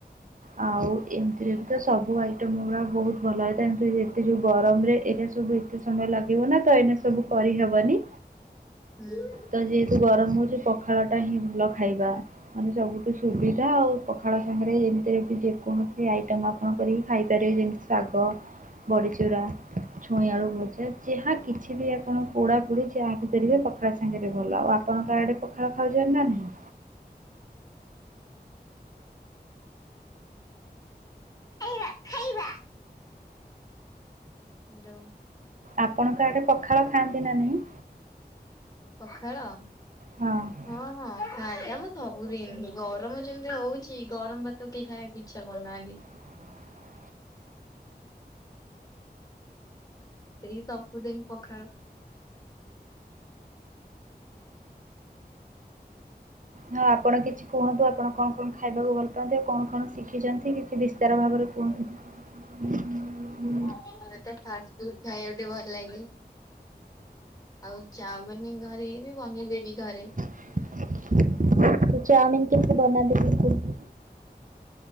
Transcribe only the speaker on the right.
ଆଉ ଏ ଏଥିରେ ତ ସବୁ ଆଇଟମ୍ ଗୁଡ଼ା ବହୁତ ଭଲ ହୋଇଥାଏ। କିନ୍ତୁ ଏତେ ଯଉ ଗରମରେ ଏଇଟା ସବୁ ଏତେ ସମୟ ଲାଗିବ ନା ତ ଏଇନେ ସବୁ କରିହେବନି।
ତ ଯେହେତୁ ଗରମ ହଉଛି ପଖାଳ ଟା ହିଁ ଭଲ ଖାଇବା। ମାନେ ସବୁଠୁ ସୁବିଧା ଆଉ ପଖାଳ ସାଙ୍ଗରେ ଏମିତିରେବି ଯେକୌଣସି ସେ ଆଇଟମ୍ ଆପଣ କରିକି ଖାଇପାରିବେ। ଯେମିତି ଶାଗ, ବଡ଼ିଚୁରା, ଛୁଇଁ ଆଳୁ ଭ ଜା ଯାହା କିଛି ବି ଆପଣଙ୍କୁ ପୋଡ଼ା ପୋଡ଼ି ଯାହା ବିି ଦେଲେ ପଖାଳ ସାଙ୍ଗରେ ଭଲ, ଆଉ ଆପଣଙ୍କ ଆଡ଼େ ପଖାଳ ଖାଉଛନ୍ତି ନା ନାହିଁ?
ଆପଣଙ୍କ ଆଡେ ପଖାଳ ଖାଆନ୍ତି ନା ନାଇଁ?
ହଁ।
<inaudible>
ହଁ ଆପଣ କିଛି କୁହନ୍ତୁ ଆପଣ କଣ କଣ ଖାଇବାକୁ ଭଲ ପାଆନ୍ତି, ଆଉ କଣ କଣ ଶିଖିଛନ୍ତି କିଛି ବିସ୍ତାର ଭାବରେ କୁହନ୍ତୁ। <inaudible>
ତ ଚାଉମିିନ୍ କେମିତି ବନାନ୍ତି ଟିକେ କୁହନ୍ତୁ?